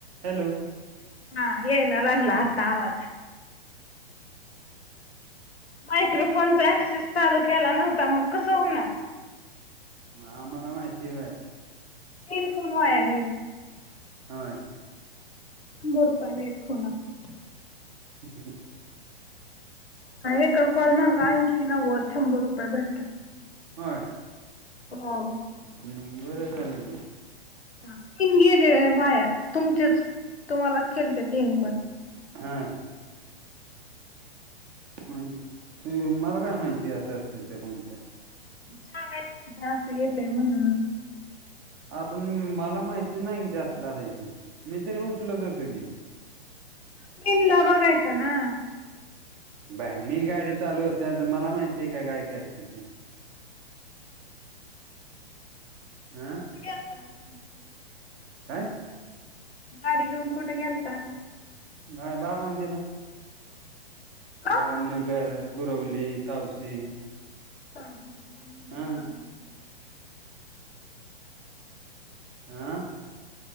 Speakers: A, on the right; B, on the left.
A: Hello
B: हां येयला लागला आत्ता आवाज. मायक्रोफोनचा ऍक्सेस चालू केला नव्हता मग कसं होणार?
A: म आम्हाला माहिती वय आता.
B: तीन फोन वाया गेलं.
A: हय.
B: शंभर रुपयाला हेडफोन असतात.
A: ह ह ह.
B: एका कॉल माग ऐंशी नव्वद शंभर रुपये भेटतात.
A: होय
B: हो.
A: म बरं झालं कि.
B: हां तीन गेले अ वाया तुमचेच तुम्हालाच केलते तीन कॉल.
A: हां. मंग तू मला काय माहिती आसं असतेय ते फोनच्या.
B: सांगायच तिथं आसं येतय म्हणून.
A: आ पण माला माहिती नाई ज्यासल् हाय ते मी तरी उचलत होतो की.
B: तेनला बघायचा ना.
A: बाय मी गाडी चालवत नाय त मला माहिते का काय कारते ते. हां.
B: वीडियो पा हम हम हम.
A: काय
B: गाडी घेऊन कुटे गेलता?
A: नाय बारा म दिला.
B: का?
A: भवननगर, कुरवली, तावशी.
B: पाह नाम
A: हा
B: नाम.
A: आं.